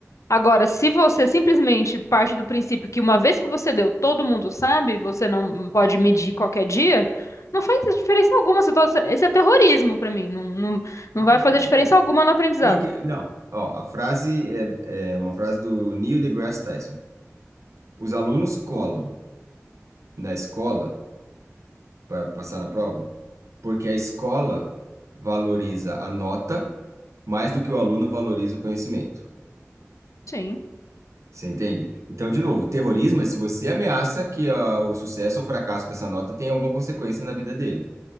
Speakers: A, on the left; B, on the right.
A: Agora, se você simplesmente parte do princípio que uma vez que você deu, todo mundo sabe, você não pode medir qualquer dia, não faz diferença alguma. Você tá- Esse é terrorismo pra mim. Não, não, não
B: Não,
A: vai fazer
B: é,
A: diferença
B: eu-
A: alguma no aprendizado.
B: porque, não, ó, a frase é, é uma frase do Neil deGrasse Tyson. Os alunos colam na escola para passar na prova porque a escola valoriza a nota mais do que o aluno valoriza o conhecimento.
A: Sim,
B: Você entende? Então, de novo, terrorismo é se você ameaça que ah, o sucesso ou fracasso dessa nota tenha alguma consequência na vida dele.